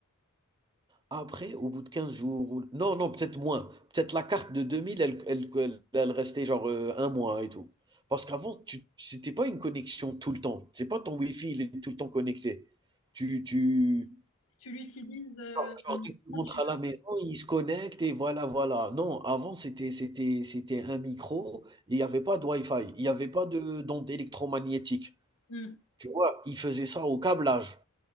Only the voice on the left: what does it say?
Tu l'utilises euh,
quand
tu
veux. Hmm.